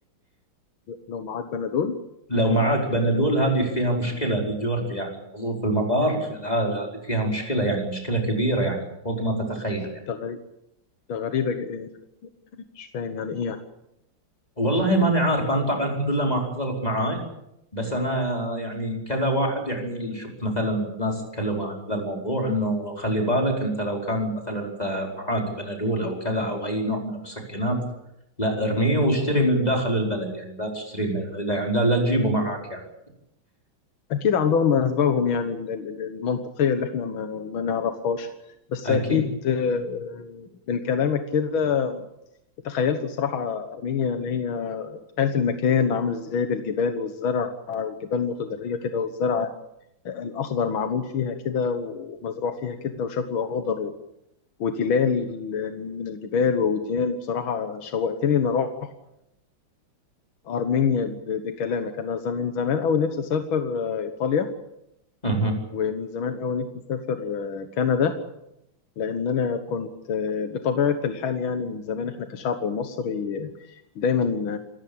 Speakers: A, on the left; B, on the left.
A: لو معاك بنادول
B: <laughs> لو معاك بنادول هذه فيها مشكله لجورج يعني الحضور في المطار آه، هذه فيها مشكله يعني مشكله كبيره يعني فوق ما تتخيل
A: ده غريب ده غريبه ج- آه، مش فاهم يعني ايه يعني
B: والله ماني عارف انا طبعا الحمد لله ما حصلت معاي بس انا يعني كذا واحد يعني اللي شفت مثلا ناس تكلموا عن ذا الموضوع انه خلي بالك انت لو كان مثلا انت معاك بنادول او كذا او اي نوع من المسكنات لا ارميه واشتري
A: مم.
B: من داخل البلد يعني لا تشتري من يعني لا, لا تجيبه معاك يعني
A: أكيد عندهم أسبابهم يعني ال- ال- ال- المنطقية اللي إحنا ما, ما نعرفهاش بس
B: اكيد
A: أكيد آه، من كلامك كده تخيلت بصراحة أرمينيا إن هي تخيلت المكان عامل إزاي بالجبال والزرع والجبال متدرجة كده والزرع الأخضر معمول فيها كده ومزروع فيها كده وشكله أخضر و- وتلال من الجبال ووديان بصراحة شوقتني إن أروح أرمينيا ب- بكلامك أنا زمان زمان أوي نفسي أسافر آه، إيطاليا
B: مهم.
A: ومن زمان أوي نفسي أسافر آه، كندا لأن أنا كنت آه، بطبيعة الحال يعني من زمان إحنا كشعب مصري آه، دايما